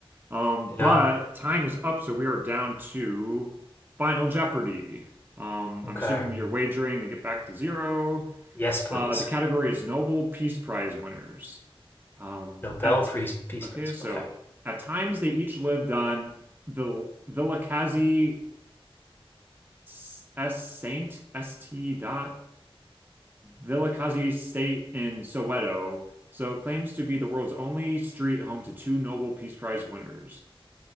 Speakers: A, on the right; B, on the left.
A: Um, but
B: Yeah.
A: time is up, so we are down to Final Jeopardy. Um, I'm
B: Okay.
A: assuming you're wagering to get back to zero.
B: Yes, please.
A: Uh, the category is Nobel Peace Prize winners. Um,
B: Nobel
A: at
B: Peace Peace
A: okay,
B: Prize.
A: so
B: Okay.
A: at times they each lived on Vil Vilakazi S Saint S T dot Vilakazi State in Soweto, so it claims to be the world's only street home to two Nobel Peace Prize winners.